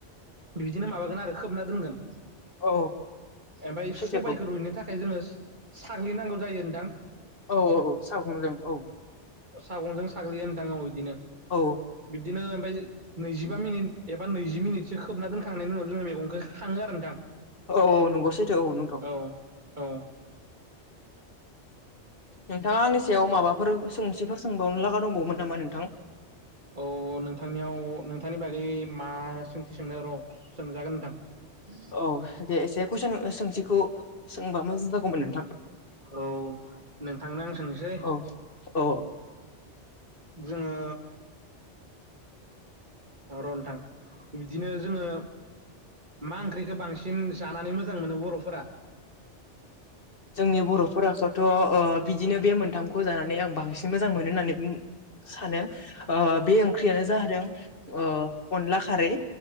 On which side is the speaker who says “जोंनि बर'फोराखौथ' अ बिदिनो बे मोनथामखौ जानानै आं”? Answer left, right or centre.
Left